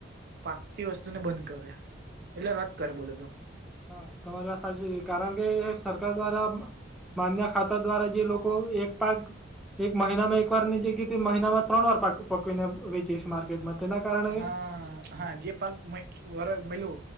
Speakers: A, on the right; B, in the centre.
A: પાકતી વસ્તુ ને બંધ કરે એટલે રદ કરે બોલે તો
B: હા તમારી વાત સા કારણ કે સરકાર દ્વારા માન્ય ખાતા દ્વારા જે લોકો એક પાક એક મહિનામાં એક વાર ની જગ્યા મહિનામાં ત્રણ વાર પકવીને વેચી છે, માર્કેટમાં તેના કારણે
A: હા હા જે પાક વલું